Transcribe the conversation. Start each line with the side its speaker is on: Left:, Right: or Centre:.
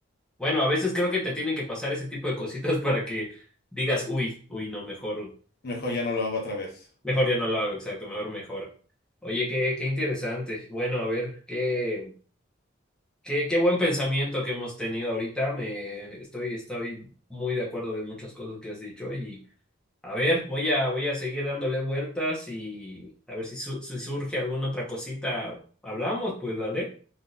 Centre: Bueno, a veces creo que te tienen que pasar ese tipo de cositas para que digas, uy, uy, no, mejor,
Left: Mejor ya no lo hago otra vez.
Centre: mejor ya no lo hago, exacto, mejor mejor. Oye, qué, qué interesante. Bueno, a ver, ¿qué? Qué, qué buen pensamiento que hemos tenido ahorita. Me estoy, estoy muy de acuerdo de muchas cosas que has dicho. Y a ver, voy a, voy a seguir dándole vueltas y a ver si, su- si surge alguna otra cosita. Hablamos, pues dale.